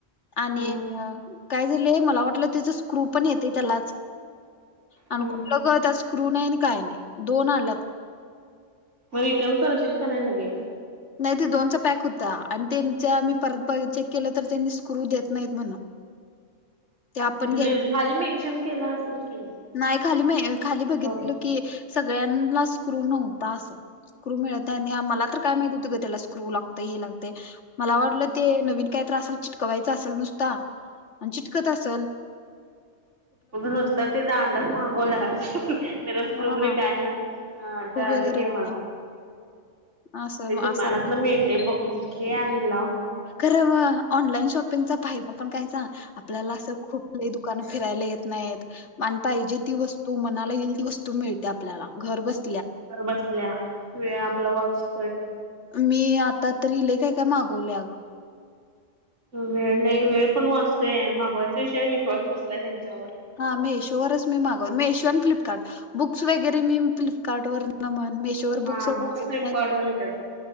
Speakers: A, on the left; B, on the right.
A: आणि
B: ह
A: काय झाले मला वाटलं त स्क्रू पण येते त्यालाच. आणि
B: ह
A: कुठलं ग त्याला स्क्रू नाही आणि काय नाही. दोन आल्यात.
B: माला ईटर्न करशील का नाही लगे.
A: नाही ते दोनचा पॅक होता, आणि त्यांच्या मी परत चेक केलं तर त्यांनी स्क्रू देत नाहीत म्हण ते आपण
B: तिथ
A: घ्यायच
B: लि खाली मेन्शन केलं असेल की.
A: नाही खाली मी खाली बघितल
B: हो
A: की सगळ्यांला स्क्रू नव्हता असं स्क्रू मिळतय आणि मला तर काय माहती होतं ग त्याला स्क्रू लागतय हे लागतय मला
B: मग
A: वाटलं ते नवीन काय तर असल चिटकवायचं असल नुसता कत असल
B: अग नुसता ते दांडाच मागवलाय, त्याला स्क्रु
A: हा
B: ब्रि काय नसं हा चाल
A: खूप वगैरे
B: घे
A: काय.
B: माला
A: असं
B: ते दुकानात
A: असं आलं.
B: न मिळते बघ म घे आणि लाव.
A: खरं मऑनलाईन शॉपिंगचा फायदा पण काय चांग आपल्याला असं खुप काही दुकानं फिरायला येत नाहीत. आन पाहिजे ती वस्तू, मनाला येईल ती वस्तू, मिळते आपल्याला घर बस
B: घर बसल्या वेळ आपला वाचतोय.
A: मी आता तरी लयी काय, काय मागवल आगं.
B: अ वेळ लयी वेळ पण वाचतोयां मागवायच विषयावर विश्वास बस ला त्यांच्यावर
A: हा मेशोवरच मी मागवल मेशो आण फ्लिपकार्ट बुक्स वगैरे मी फ्लिपकार्टवरन मन मेश तोवर
B: हा
A: बुक्सच
B: बुक्स
A: घेत
B: फ्लिपकार्ट
A: नाहीत
B: वर येतात